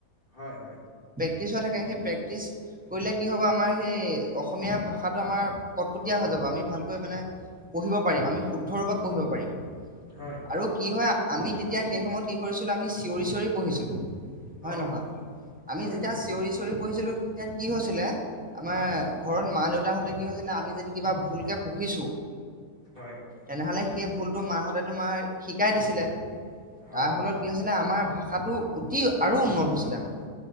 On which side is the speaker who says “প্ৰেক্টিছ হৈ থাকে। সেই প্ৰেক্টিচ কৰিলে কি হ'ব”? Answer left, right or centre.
Centre